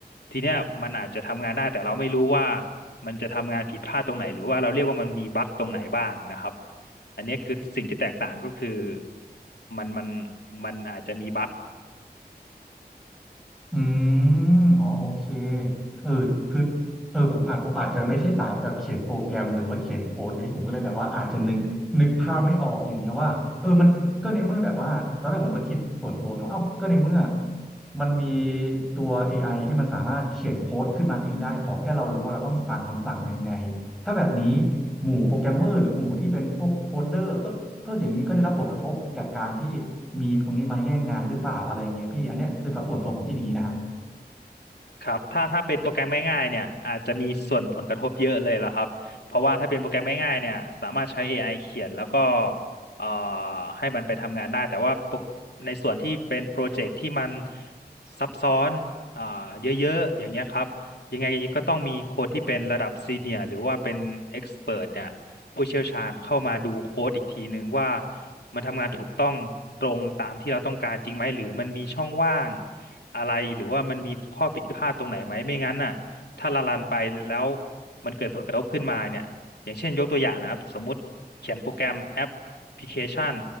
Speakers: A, on the left (about 75°); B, in the centre.
A: ทีเนี้ยมันอาจจะทำงานได้แต่เราไม่รู้ว่ามันจะทำงานผิดพลาดตรงไหนหรือว่าเราเรียกว่ามันมีบั๊กตรงไหนบ้างนะครับอันเนี้ยคือสิ่งที่แตกต่างก็คือมันมันมันอาจจะมีบั๊ก
B: อืมอ๋อโอเคเออคือเออผมอาจผมอาจจะไม่ใช่สายแบบเขียนโปรแกรมหรือว่าเขียนโค้ดอย่างนี้ผมก็เลยแบบว่าอาจจะนึกนึกภาพไม่ออกอย่างเงี้ยว่าเออมันก็ในเมื่อแบบว่าตอนแรกผมก็คิดส่วนตัวเนาะเอ้าก็ในเมื่อมันมีตัว AI ที่มันสามารถเขียนโค้ดขึ้นมาเองได้ ขอแค่เรารู้ว่าเราต้องสั่งคำสั่งยังไง ถ้าแบบนี้หมู่โปรแกรมเมอร์หรือหมู่ที่เป็นพวกโคดเดอร์ก็ก็อย่างนี้ก็ได้รับผลกระทบจากการที่มีตรงนี้มาแย่งงานหรือเปล่าอะไรอย่างเงี้ยพี่อันเนี้ยคือตัดส่วนตัวผมคิดอย่างนี้นะ
A: ครับถ้าถ้าเป็นโปรแกรมง่ายๆเนี่ยอาจจะมีส่วนผลกระทบเยอะเลยล่ะครับเพราะว่าถ้าเป็นโปรแกรมง่ายๆเนี่ยสามารถใช้ AI เขียนแล้วก็เอ่อให้มันไปทำงานได้แต่ว่าโปรในส่วนที่เป็นโปรเจกต์ที่มันซับซ้อนอ่าเยอะๆอย่างเงี้ยครับยังไงก็ต้องมีคนที่เป็นระดับซีเนียร์หรือว่าเป็นเอ็กซ์เ t เนี่ย ผู้เชี่ยวชาญเข้ามาดูโค้ดอีกทีนึงว่ามันทำงานถูกต้องตรงตามที่เราต้องการจริงไหมหรือมันมีช่องว่างอะไรหรือว่ามันมีข้อผิดพลาดตรงไหนไหมไม่งั้นน่ะถ้าละลันไปแล้วมันเกิดผลกระทบขึ้นมาเนี่ยอย่างเช่นยกตัวอย่างนะครับสมมุติเขียนโปรแกรมแอปพลิเคชัน